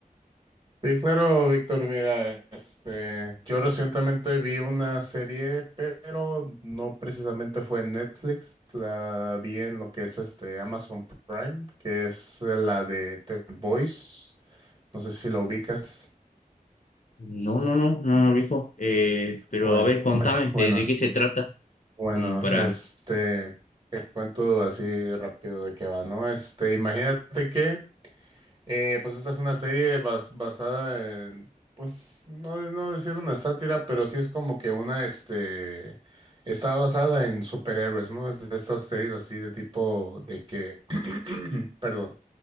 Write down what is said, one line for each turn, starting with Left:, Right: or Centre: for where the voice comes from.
Right: Sí, claro, Víctor, mira, este, yo recientemente vi una serie, pero no precisamente fue en Netflix, la vi en lo que es este Amazon Prime, que es eh, la de The Voice, no sé si la ubicas.
Left: No, no, no, no, no, viejo. Eh, pero
Right: Bueno,
Left: a ver, contame
Right: bueno, bueno,
Left: de, de qué se trata,
Right: bueno,
Left: como para...
Right: este, te cuento así rápido de qué va, ¿no? Este, imagínate que Eh, pues esta es una serie bas- basada en, pues no, no decir una sátira, pero sí es como que una, este, está basada en superhéroes, ¿no? Es de estas series así de tipo de que, <clears throat> perdón,